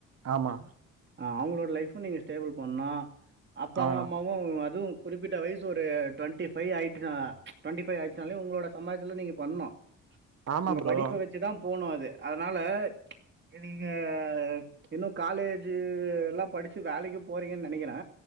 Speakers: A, on the right; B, on the right.
A: ஆமா
B: ஆ அவங்களோட லைஃபு நீங்க டேபிள் பண்ணால அப்பாவு
A: ஆ
B: அம்மாவு அதுவு குறிப்பிட்ட வயசு ஒரு டுவெண்ட்டி ஃபைவ் ஆயிட்டுனா டி ஃபைவ் ஆச்சனாலே உங்களோட சமாத்துல நீங்க பண்ணோ
A: ஆமா
B: உங்க
A: ப்ரோ
B: படிப்ப வச்சிதா போனு அது அதனால் நீங்கள் இன்னு காலேஜு எல்லா படித்து வேலைக்கு போறீங்கன்னு நெனைக்கிறே